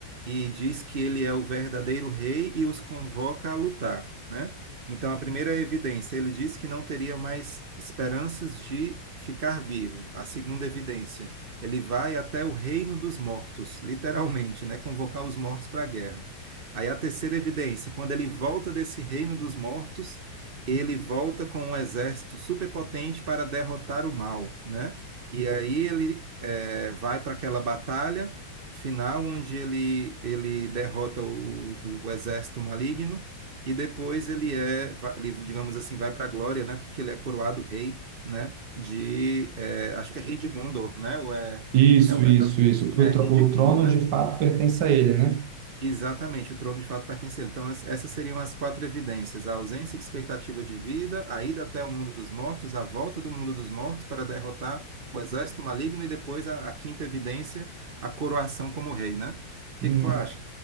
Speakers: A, on the right; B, on the right.
A: e diz que ele é o verdadeiro rei e os convoca a lutar, né? Então, a primeira evidência, ele disse que não teria mais esperanças de ficar vivo. A segunda evidência, ele vai até o reino dos mortos, literalmente, né? Convocar os mortos para a guerra. Aí a terceira evidência, quando ele volta desse reino dos mortos, ele volta com um exército superpotente para derrotar o mal, né? E aí ele eh, vai para aquela batalha final onde ele, ele derrota o o- o exército maligno e depois ele é, va- ele, digamos assim, vai para a glória, né? Porque ele é coroado rei, né? De, é, acho que é rei de Gondor, né? Ou é,
B: Isso,
A: é, um-
B: isso,
A: é,
B: isso. Que
A: é
B: o, tro-
A: rei de
B: o
A: Gondor,
B: trono
A: né?
B: de fato pertence a ele, né?
A: Exatamente, o trono de fato pertence a ele. Então, es- essas seriam as quatro evidências: a ausência de expectativa de vida, a ida até o mundo dos mortos, a volta do mundo dos mortos para derrotar o exército maligno e depois a, a quinta evidência, a coroação como rei, né? O que
B: Não,
A: que tu acha?